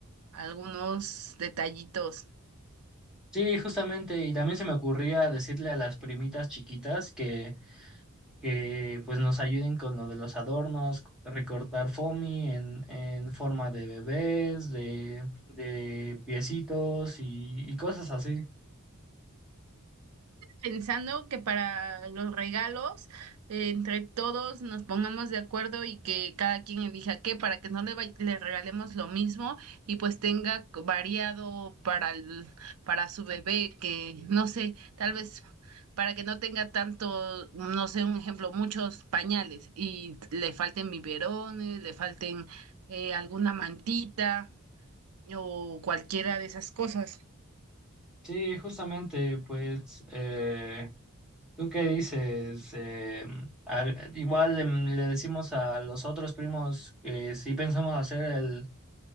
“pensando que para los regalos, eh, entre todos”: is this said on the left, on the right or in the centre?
Right